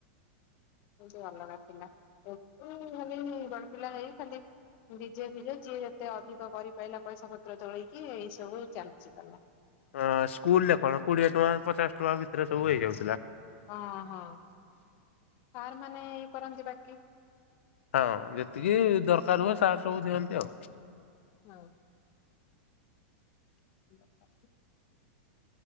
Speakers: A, on the left; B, on the left.
A: ବହୁତ ଅଲଗା ଥିଲା। ଏ ଖାଲି ବଡ ପିଲା ହେଇ ଖାଲି ଡିଜେ ଫିଜେ ଯିଏ ଯେତେ ଅଧିକ କରିପାରଲା, ପଇସା ପତ୍ର ଚଳେଇକି ଏଇ ସବୁ ଚାଲିଚି ପାଲା।
B: ଅ ସ୍କୁଲ ରେ କଣ କୋଡିଏ ଟଙ୍କା, ପଚାଶ ଟଙ୍କା ଭିତରେ ସବୁ ହେଇଯାଉଥିଲା।
A: ଓଁ ହଁ, ସାର୍ ମାନେ ଇଏ କରନ୍ତି ବାକି।
B: ହଁ, ଯେତିକି ଦରକାର ହୁଏ ସାର୍ ସବୁ ଦିଅନ୍ତି ଆଉ।
A: ହଁ। <inaudible>